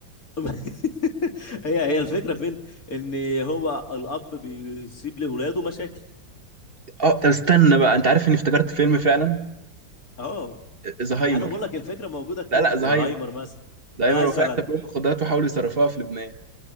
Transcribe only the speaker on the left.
<laughs> هي هي الفكرة فين ان هو الاب بيسيب لاولاده مشاكل
اه
انا بقول لك الفكره موجوده كتير
وزهايمر
مثلا
مثلا